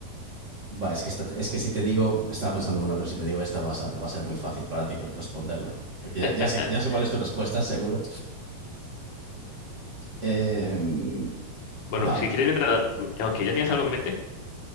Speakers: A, on the right; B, on the left.
A: Va, es que, esta- es que si te digo, estaba pensando una, pero si te digo esta va a, sa- va a ser muy fácil para ti pre- responderla. Porque ya,
B: <laughs>
A: ya sé, ya sé cuál es tu respuesta, seguro. Eh,
B: Bueno,
A: vale.
B: si quieres, mientras... Ok, ¿ya tienes algo en mente?